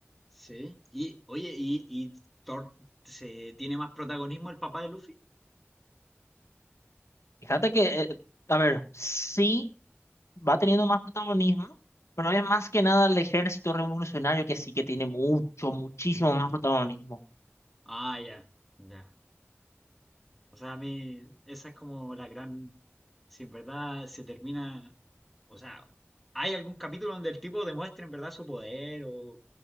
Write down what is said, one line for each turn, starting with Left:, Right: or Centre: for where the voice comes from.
Centre: sí. Y, oye, ¿y, y Thor se tiene más protagonismo el papá de Luffy?
Left: Fíjate que, eh, a ver, sí va teniendo más protagonismo. Pero es más que nada el ejército revolucionario que sí que tiene mucho, muchísimo más protagonismo.
Centre: Ah, ya, ya. O sea, a mí esa es como la gran... Si en verdad se termina... O sea, ¿hay algún capítulo donde el tipo demuestre en verdad su poder o